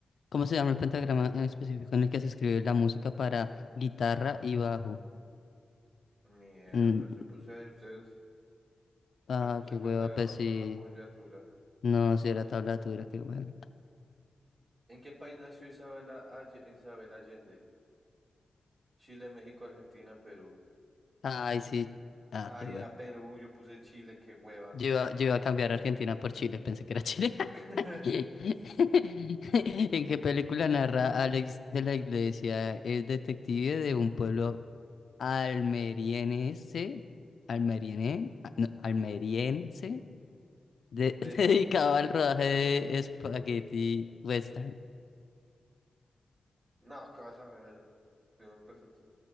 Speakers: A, on the left (about 65°); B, on the right (about 45°).
A: ¿Cómo se llama el pentagrama en específico en el que se escribe la música para guitarra y bajo?
B: ni idea,
A: Mm,
B: pues yo puse ahí ustedes.
A: Ah,
B: Yo puse
A: qué
B: pentagrama
A: hueva, pues sí.
B: con apoyatura.
A: No, si era tablatura, qué hueva.
B: ¿En qué país nació Isabela, Alle- Isabel Allende? Chile, México, Argentina, Perú.
A: Ay,
B: Ya.
A: sí. Ah,
B: Ay,
A: qué hueva.
B: era Perú, yo puse Chile, qué hueva.
A: Yo iba, yo iba a cambiar Argentina por Chile, pensé que era <laughs> Chile.
B: <laughs>
A: <laughs> ¿En qué película narra Alex de la Iglesia? Es detective de un pueblo almeriense, almeriene- ah, no, almeriense, de-
B: De...
A: <laughs> dedicado al rodaje de Spaghetti Western.
B: No, ¿qué vas a ver? ¿Crimen perfecto?